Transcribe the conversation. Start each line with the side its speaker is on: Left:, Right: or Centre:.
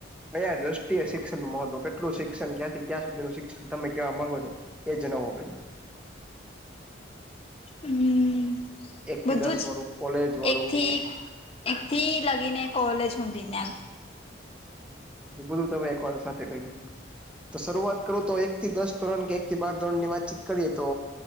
Centre: કયા દ્રષ્ટિય શિક્ષણનું મહત્વ કેટલું શિક્ષણ ક્યાંથી ક્યાં સુધીનું શિક્ષણ તમે કેવા માંગો છો? એ જનાવો બેન.
Left: અમ
Centre: એક
Left: બધું
Centre: થી દસ
Left: જ,
Centre: વાળું કોલેજ વાળું
Left: એકથી
Centre: કે
Left: એકથી લગીને કોલેજ સુધી ના.
Centre: બધું તમે એક વાર સાથે કહી દીધું. તો શરૂઆત કરું તો એક થી દસ ધોરણ કે એક થી બાર ધોરણ ની વાતચીત કરીએ તો